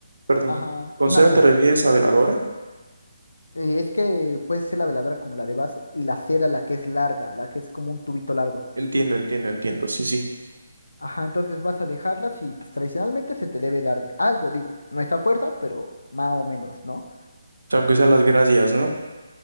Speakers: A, on the right; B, on the left.
A: perdón.
B: ajá,
A: ¿Con
B: una
A: cera
B: cera.
A: te refieres a veladora?
B: Eh, es que puede ser la veladora como la de vaso y la cera la que es larga, la que es como un tubito largo.
A: Entiendo, entiendo, entiendo. Sí, sí.
B: Ajá, entonces vas a dejarlas y pues tradicionalmente se te debe dar algo, digo, no es a fuerza, pero más o menos, ¿no? <laughs>
A: Aunque sean las gracias, ¿no?